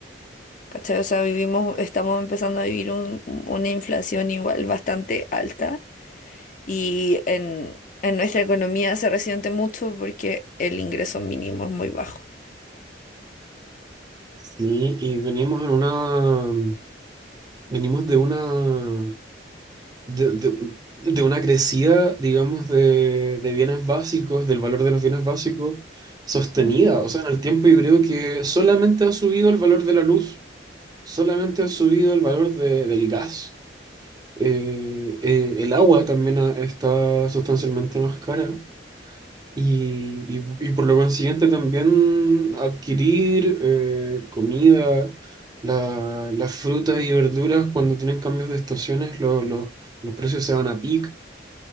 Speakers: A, on the left; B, on the right.
A: ¿Cachai? O sea, vivimos, estamos empezando a vivir un- una inflación igual bastante alta y en, en nuestra economía se resiente mucho porque el ingreso mínimo es muy bajo.
B: Sí, y venimos en una, venimos de una de, de- de una crecida, digamos, de, de bienes básicos, del valor de los bienes básicos, sostenida.
A: Ujú.
B: O sea, en el tiempo yo creo que solamente ha subido el valor de la luz, solamente ha subido el valor de- del gas. Eh, eh, el agua también ha- está sustancialmente más cara. Y, y- y por lo consiguiente también adquirir eh, comida, la- las frutas y verduras cuando tienen cambios de estaciones, lo- los los precios se van a pic.